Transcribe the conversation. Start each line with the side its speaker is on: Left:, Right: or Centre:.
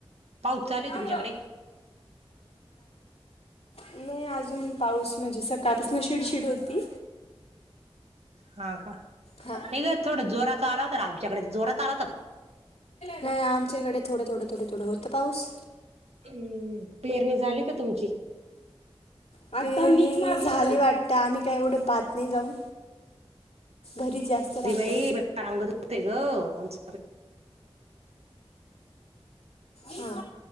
Right: पाऊस चालुय
Left: का
Right: तुमच्याकडे.
Left: गं नाही अजून पाऊस म्हणजे, सकाळपासून शिडशिड होती.
Right: हा का नाई
Left: हा.
Right: गं थोडं जोरा चा आला होता गं आमच्याकडे जोरात आला होता.
Left: नाही आमच्याकडे थोडं, थोडं, थोडं, थोडं होतं पाऊस.
Right: हम् पेरणी झाली का तुमची.
Left: आणि नी झाली वाटत आम्ही काही एवढं पाहत नाही जाऊन घरीच जास्त राहतो.
Right: री बाई बेकार अंग दुखतंय ग आमच
Left: हा